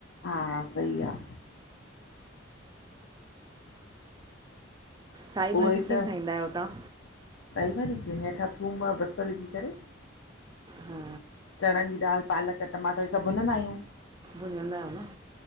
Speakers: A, on the left; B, on the right.
A: हा सही आ।
B: साई
A: उहो
B: भाॼी
A: ई
B: कीअं
A: त,
B: ठाहींदा यो तां?
A: साई भाॼी कीअ हेठां थूम बसरु विझी करे
B: हा
A: चणनि जी दाल, पालक, टमाटर सभु भुनंदा आयूं।
B: भुञंदा आहियो न